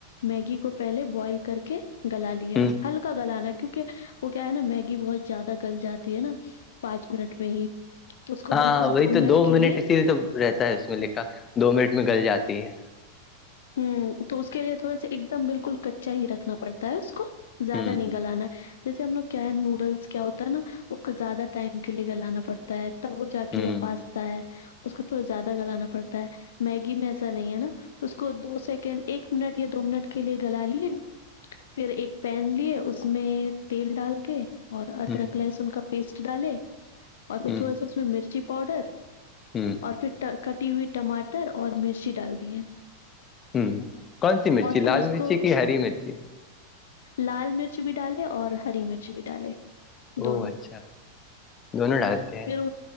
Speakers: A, on the left; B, on the left.
A: میگی کو پہلے بوائل کر کے گلا لیا
B: ہ
A: ہلکا گلانا کیونک وہ کیا ہے نا میگی بہت زیادہ گل جاتی ہے نا پانچ منٹ میں ہی تو اس کو
B: ہاں
A: بالکل
B: وہی تو دو
A: کے
B: منٹ اسی لیے تو رہتا ہے اس میں لےکھا دو منٹ میں گل جاتی ہے
A: ہ تو اس کے لیے تھوڑا سا ایک دم بالکل کچا ہی رکھنا پڑتا ہے اس کو زیادہ
B: ہوں
A: نہیں
B: ہ
A: گلانا جیسے ہم لوگ کیا ہے نوڈلس کیا ہوتا ہے نا اس کو زیادہ ٹائم کے لیے گلانا پڑتا ہے تب وہ جا کے
B: ہ
A: یہ پاستا ہے اس کو تھوڑا زیادہ گلانا پڑتا ہے میگی میں ایسا نہیں ہے نا تو کو دو سیکنڈ ایک منٹ یا دو منٹ کے لیے گلا لیے پھر ایک پین لیے اس میں تیل ڈال کے اور ادرک
B: ہ
A: لہسن کا پیسٹ ڈالے اور پھر
B: ہ
A: تھوڑا سا اس میں مرچی پاؤڈر
B: ہ
A: اور پھر کٹی ہوئی ٹماٹر اور مرچی ڈال دی ہے
B: ہ کون سی مرچی
A: پھر
B: لال
A: اس
B: مرچی
A: کو
B: کی ہری مرچی
A: لال مرچ بھی ڈالے اور ہری مرچ بھی ڈالے
B: او
A: دونوں
B: اچھا دونوں ڈالتے ہیں
A: پھر